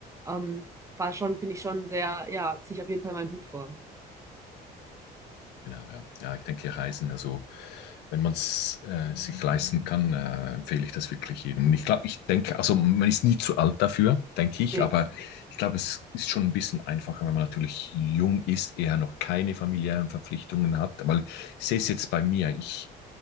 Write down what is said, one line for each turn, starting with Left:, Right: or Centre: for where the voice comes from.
Right: Ähm, war schon, finde ich schon sehr, ja, ziehe ich auf jeden Fall meinen Hut vor.
Left: Genau, ja. Ja, ich denke, Reisen, also wenn man es äh, sich leisten kann, äh, empfehle ich das wirklich jedem. Und ich glaube, ich denke, also man ist nie zu alt dafür, denke ich,
Right: Nee.
Left: aber ich glaube, es ist schon ein bisschen einfacher, wenn man natürlich jung ist, eher noch keine familiären Verpflichtungen hat, weil ich sehe es jetzt bei mir, ich,